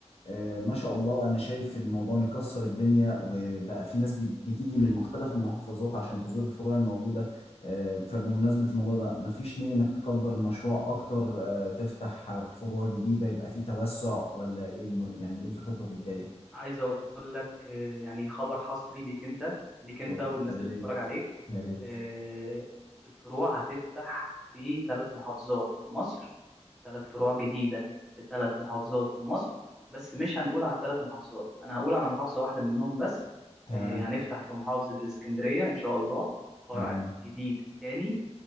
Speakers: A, on the left (about 60°); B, in the centre.
A: آه، ما شاء الله أنا شايف الموضوع مكسر الدنيا وبقى في ناس بي- بتيجي من مختلف المحافظات عشان تزور الفروع الموجودة آه، فبمناسبة الموضوع ده مفيش نية إنك تكبر المشروع أكتر آه، تفتح فروع جديدة يبقى في توسع ولا إيه الم... يعني إيه الخطة الجاية؟
B: عايز اقول لك آه، يعني خبر حصري ليك انت ليك
A: اتفضل
B: انت والناس
A: يا
B: اللي
A: ريت
B: بتتفرج عليك
A: يا ريت
B: آه، الفروع هتفتح في ثلاث محافظات في مصر ثلاث فروع جديدة في ثلاث محافظات في مصر بس مش هنقول على الثلاث محافظات انا هقول على محافظة واحدة منهم بس
A: تمام
B: آه، هنفتح في محافظة الاسكندرية ان شاء الله فرع
A: تمام
B: جديد تاني